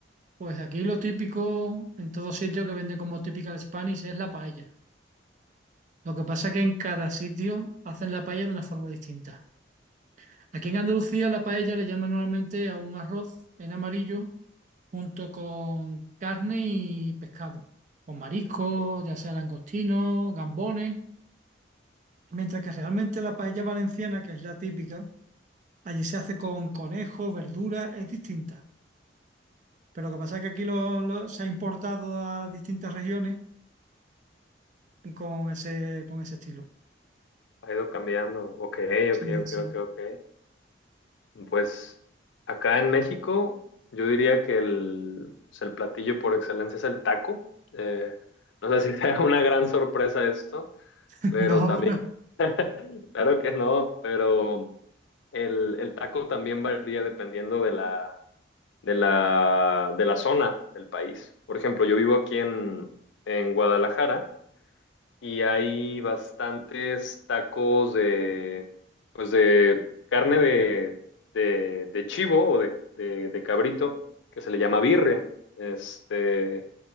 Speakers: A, on the right (about 40°); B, on the left (about 75°).
A: Pues aquí lo típico en todo sitio que venden como typical Spanish es la paella. Lo que pasa es que en cada sitio hacen la paella de una forma distinta. Aquí en Andalucía la paella le llaman normalmente a un arroz en amarillo junto con carne y pescado, con marisco,
B: Que
A: ya sea langostino, gambones. Mientras que realmente la paella valenciana, que es la típica, allí se hace con conejo, verdura es distinta. Pero lo que pasa es que aquí lo- lo- se ha importado a distintas regiones con ese, con ese estilo.
B: ha ido cambiando. Ok,
A: Sí,
B: ok, ok,
A: sí.
B: ok, ok. Pues acá en México, yo diría que el, pues, el platillo por excelencia es el taco. Eh, no sé si <laughs> sea una gran sorpresa esto,
A: <laughs>
B: pero
A: No,
B: también, <laughs> claro que no, pero el, el taco también varía dependiendo de la, de la, de la zona del país. Por ejemplo, yo vivo aquí en, en Guadalajara y hay bastantes tacos de, pues de carne de, de, de chivo o de, de- de cabrito, que se le llama birria. Este,